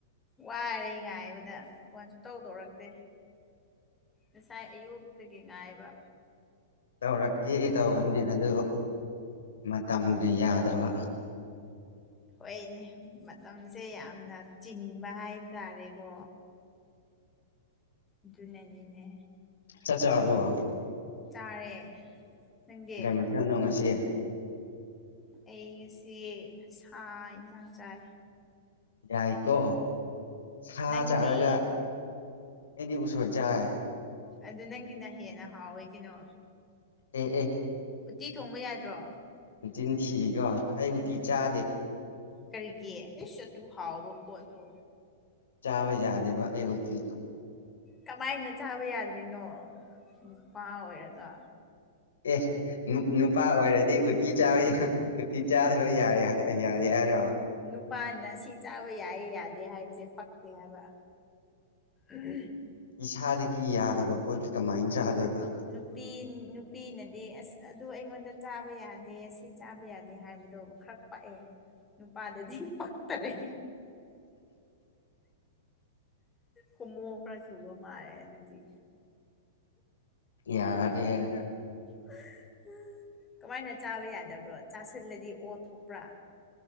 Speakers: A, on the left; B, on the left.
A: ꯋꯥꯔꯦ ꯉꯥꯏꯕꯗ ꯐꯣꯟ ꯁꯨꯡꯇꯧ ꯇꯧꯔꯛꯇꯦ ꯉꯁꯥꯏ ꯑꯌꯨꯛꯇꯒꯤ ꯉꯥꯏꯕ
B: ꯇꯧꯔꯛꯀꯦ ꯇꯧꯕꯅꯤ ꯑꯗꯨ ꯃꯇꯝꯅ ꯌꯥꯗꯕ
A: ꯍꯣꯏꯅꯦ ꯃꯇꯝꯁꯦ ꯌꯥꯝꯅ ꯆꯤꯟꯕ ꯍꯥꯏꯇꯥꯔꯦꯀꯣ ꯑꯗꯨꯅꯅꯤꯅꯦ
B: ꯆꯥꯛ ꯆꯥꯔꯕꯣ
A: ꯆꯥꯔꯦ ꯅꯪꯗꯤ
B: ꯀꯩ ꯃꯊꯦꯜꯅꯣ ꯉꯁꯤ
A: ꯑꯩ ꯉꯁꯤ ꯁꯥ ꯏꯟꯖꯥꯡ ꯆꯥꯏ
B: ꯌꯥꯏꯀꯣ ꯁꯥ
A: ꯅꯪꯗꯤ
B: ꯆꯥꯔꯒ ꯑꯩꯗꯤ ꯎꯁꯣꯏ ꯆꯥꯏ
A: ꯑꯗꯨ ꯅꯪꯒꯤꯅ ꯍꯦꯟꯅ ꯍꯥꯎꯋꯦ ꯀꯩꯅꯣ
B: ꯑꯦ ꯑꯦ
A: ꯎꯠꯇꯤ ꯊꯣꯡꯕ ꯌꯥꯗ꯭ꯔꯣ
B: ꯅꯥꯆꯤꯟ ꯊꯤꯀꯣ ꯑꯩ ꯎꯇꯤ ꯆꯥꯗꯦ
A: ꯀꯔꯤꯒꯤ ꯏꯁ ꯑꯗꯨꯛ ꯍꯥꯎꯕ ꯄꯣꯠꯇꯣ
B: ꯆꯥꯕ ꯌꯥꯗꯦꯕ ꯑꯩ ꯎꯇꯤ
A: ꯀꯃꯥꯏꯅ ꯆꯥꯕ ꯌꯥꯗ꯭ꯔꯤꯅꯣ ꯅꯨꯄꯥ ꯑꯣꯏꯔꯒ
B: ꯑꯦ ꯅꯨꯄꯥ ꯑꯣꯏꯔꯗꯤ ꯎꯇꯤ ꯆꯥꯕ ꯎꯇꯤ ꯆꯥꯗꯕ ꯌꯥꯔꯦ ꯌꯥꯔꯦ ꯍꯥꯏꯔꯣ
A: ꯅꯨꯄꯥꯅ ꯁꯤ ꯆꯥꯕ ꯌꯥꯏ ꯌꯥꯗꯦ ꯍꯥꯏꯕꯁꯦ ꯄꯛꯇꯦ ꯍꯥꯏꯕ ꯑꯍꯝ
B: ꯏꯁꯥꯗꯒꯤ ꯌꯥꯗꯕ ꯄꯣꯠꯇꯤ ꯀꯃꯥꯏꯟ ꯆꯥꯗꯣꯏꯕ
A: ꯅꯨꯄꯤ ꯅꯨꯄꯤꯅꯗꯤ ꯑꯁ ꯑꯗꯨ ꯑꯩꯉꯣꯟꯗ ꯆꯥꯕ ꯌꯥꯗꯦ ꯁꯤ ꯆꯥꯕ ꯌꯥꯗꯦ ꯍꯥꯏꯕꯗꯣ ꯈꯔ ꯄꯛꯑꯦ ꯅꯨꯄꯥꯗꯗꯤ ꯄꯛꯇꯔꯦ ꯍꯨꯝꯃꯣ ꯈꯔ ꯆꯨꯕ ꯃꯥꯜꯂꯦ ꯑꯗꯨꯗꯤ
B: ꯌꯥꯔꯦ
A: <unintelligible> ꯀꯃꯥꯏꯅ ꯆꯥꯕ ꯌꯥꯗꯕ꯭ꯔꯣ ꯆꯥꯁꯤꯜꯂꯗꯤ ꯑꯣ ꯊꯣꯛꯄ꯭ꯔꯥ